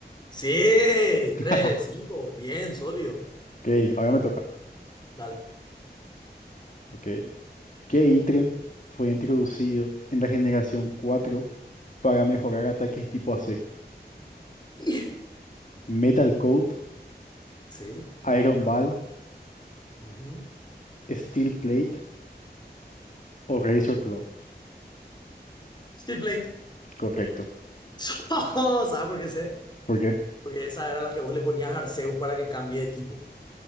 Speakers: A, on the left; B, on the left.
A: Sí,
B: <laughs>
A: tres, cinco, bien, sólido.
B: Ok, ahora me toca.
A: Dale.
B: Ok. ¿Qué ítem fue introducido en la generación 4 para mejorar ataques tipo acero?
A: <laughs>
B: Metal Coat,
A: Sí.
B: Iron Ball,
A: ujú.
B: Steel Plate o Razor Claw.
A: Steel Plate.
B: Correcto.
A: <laughs> ¿Sabes por qué sé?
B: ¿Por qué?
A: Porque esas eran las que vos le ponías a Arceus para que cambie de tipo.